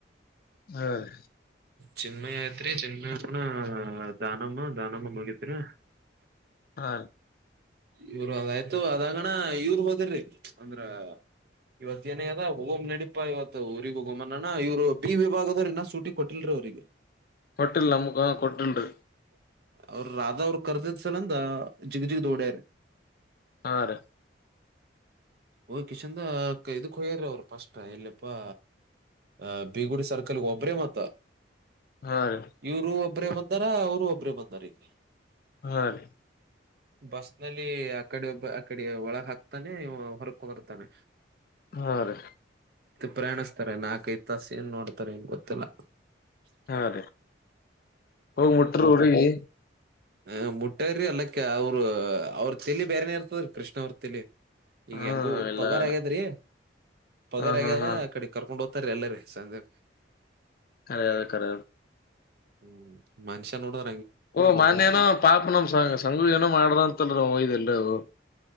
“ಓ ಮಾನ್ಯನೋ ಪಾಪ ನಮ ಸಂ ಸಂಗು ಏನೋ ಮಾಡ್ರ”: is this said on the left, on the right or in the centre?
Left